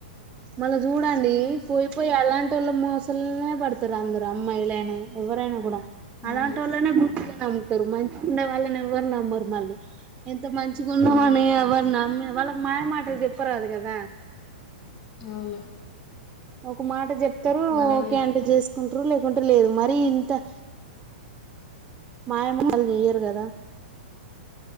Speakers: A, on the right (about 20°); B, on the left (about 35°).
A: మళ్ళా చూడండి
B: హ్మ్.
A: పోయిపోయి అలాంటి మోస పడుత ఇ అందరు అమ్మయిలేన ఎవరైన కూడ
B: అవును.
A: అలాంటోలనే నమ్ముతరు మంచిగున్న వాళ్ళని ఎవ్వరు నమ్మరు మళ్ళీ ఎంత మంచిగ ఉన్నావ
B: హ్మ్.
A: అని ఎవరి నమ్మి వాళ్ళకి మాయమాటలు చెప్పరాదు కద
B: అవును
A: ఒక మాట చెప్ తరు
B: వాళ్ళకి
A: ఒకే అంటే చేస్త కుంటరు లేకుంటే లేదు మరి ఇంత మాయమహల్ జెయ్యరు కద